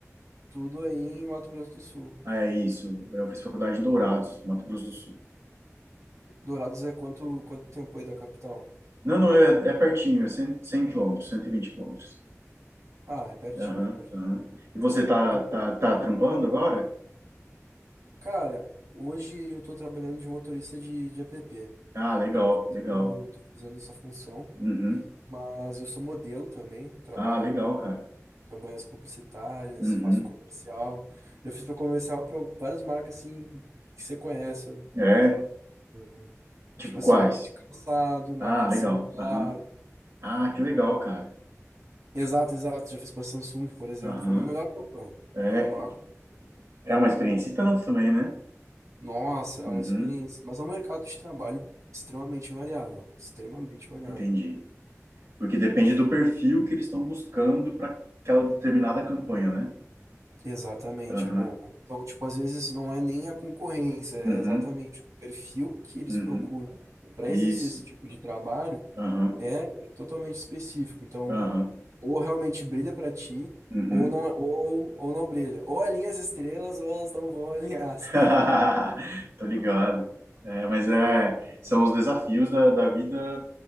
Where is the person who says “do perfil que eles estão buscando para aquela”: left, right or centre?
Right